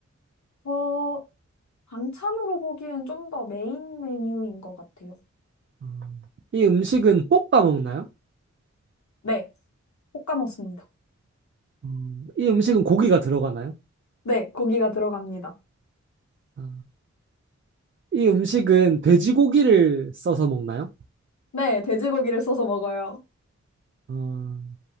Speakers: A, on the left (about 70°); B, on the right (about 45°).
A: 어, 반찬으로 보기엔 좀 더 메인 메뉴인 것 같아요.
B: 어, 이 음식은 볶아 먹나요?
A: 네, 볶아먹습니다
B: 어, 이 음식은 고기가 들어가나요?
A: 네, 고기가 들어갑니다.
B: 아, 이 음식은 돼지고기를 써서 먹나요?
A: 네, 돼지고기를 써서 먹어요.
B: 어,